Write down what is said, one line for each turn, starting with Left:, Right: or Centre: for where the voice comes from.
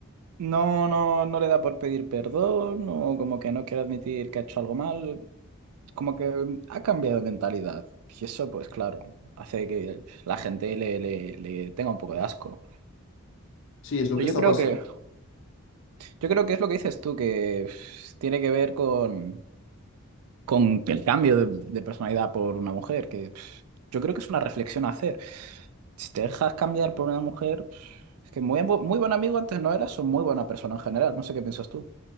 Right: no, no, no le da por pedir perdón, o como que no quiere admitir que ha hecho algo mal, como que mm, ha cambiado de mentalidad. Y eso, pues claro, hace que la gente le, le, le tenga un poco de asco.
Left: Sí, es lo
Right: Yo
Left: que está
Right: creo
Left: pasando.
Right: que, yo creo que es lo que dices tú, que tiene que ver con con el cambio de, de personalidad por una mujer, que pff, yo creo que es una reflexión a hacer. Si te dejas cambiar por una mujer, pff, es que muy, bu- muy buen amigo antes no eras, o muy buena persona en general, no sé qué piensas tú.